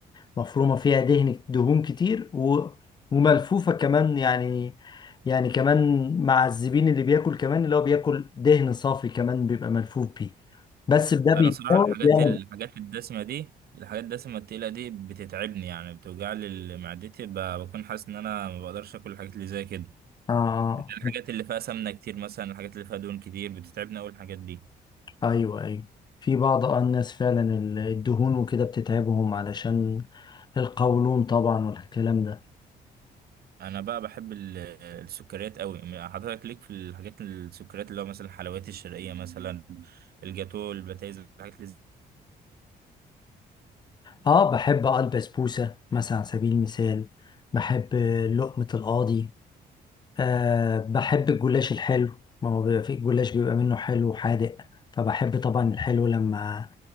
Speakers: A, on the left; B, on the right.
A: مفرومة فيها دهن دهون كتير و... وملفوفة كمان يعني يعني كمان مع الزبين اللي بياكل كمان اللي هو بياكل دهن صافي كمان بيبقى ملفوف بيه بس ده
B: انا
A: بيتساوي
B: صراحه الحاجات
A: يعني
B: الحاجات الدسمه دي الحاجات الدسمه التقيله دي بتتعبني يعني بتوجع لي معدتي ب- بكون حاسس ان انا ما بقدرش اكل الحاجات اللي زي كده
A: آه
B: الحاجات
A: آه،
B: اللي فيها سمنه كتير مثلا الحاجات اللي فيها دهون كتير بتتعبني اول الحاجات دي
A: أيوه أيوه في بعض آه الناس فعلا ال- الدهون وكده بتتعبهم علشان القولون طبعا والكلام ده
B: انا بقى بحب ال- السكريات قوي حضرتك ليك في الحاجات السكريات اللي هو مثلا الحلويات الشرقيه مثلا الجاتو البتايز الحاجات اللي زي-
A: اه بحب اه البسبوسة مثلا على سبيل المثال بحب لقمة القاضي آه بحب الجلاش الحلو ما هو بيبقى في الجلاش بيبقى منه حلو وحادق فبحب طبعا الحلو لما